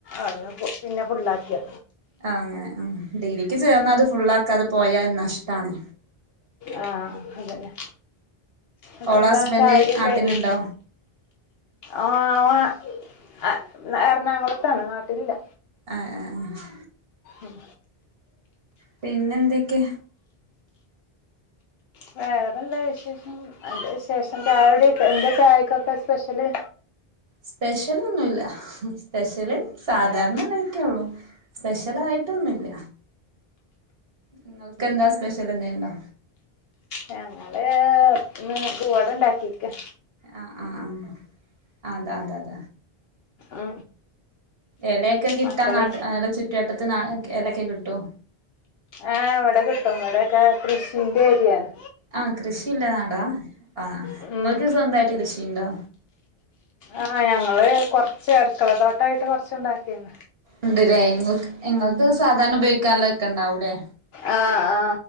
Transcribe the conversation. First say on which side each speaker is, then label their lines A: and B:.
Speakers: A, on the left; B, on the right.
A: അടുന്ന് പു പിന്നെ പുള്ളാക്കിയ
B: ആ അങ്ങനെ ഡിഗ്രിക്ക് ചേർന്ന അത് ഫുൾ ആക്കാതെ പോയാ നഷ്ടാണ്
A: ആ അതന്നെ അതെന്താ
B: ഓള ഹസ്ബൻഡ്
A: ചായ കുടിയൊക്കെ
B: നാട്ടിലുണ്ടോ
A: കഴിഞ്ഞു ആ വ അ എറണാകുളത്താണ് നാട്ടിലില്ല
B: ആഹ് ആഹ് ആഹ്
A: ഉം
B: പിന്നെ എന്തൊക്കെ
A: വേറെന്താ വിശേഷം നല്ല വിശേഷം ചായ കുടികാ എന്താ ചായക്കൊക്കെ സ്പെഷ്യല്
B: സ്പെഷ്യലൊന്നുല്ല. സ്പെഷ്യല് സാധാരണള്ളതക്കെയുള്ളു.
A: ആ
B: സ്പെഷ്യലായിട്ടൊന്നും ഇല്ല. നിങ്ങക്ക് എന്താ സ്പെഷ്യൽ എന്തെണ്ടോ?
A: ഞങ്ങള് ന്ന് പുവട ണ്ടാക്കിക്കാ
B: ആ, ആ, ആ, അ അത, അത, അത.
A: ആഹ്
B: എലെക്കെ കിട്ടാ
A: മക്കള്
B: നാട്ട് ചുറ്റുവട്ടത്ത് നാ എലെക്കെ കിട്ടുവോ?
A: ആ ഇവിടെ കിട്ടും ഇവിടൊക്കെ കൃഷിന്റെ ഏരിയാണ്.
B: ആ കൃഷിയില്ല നാടാ. ആ
A: ഉം
B: നിങ്ങൾക്ക് സ്വന്തായിട്ട് കൃഷിണ്ടോ?
A: ആഹ് ഞങ്ങള് കൊർച്ച് അടുക്കള തോട്ടായിട്ട് കൊർച്ചുണ്ടാക്ക ഉം
B: ഉണ്ട്ല്ലേ. ങ്ങൾക്ക് സാധാരണ ഉപയോഗിക്കാനുള്ള ഒക്കെ ഉണ്ടാവൂലേ.
A: ആ, ആ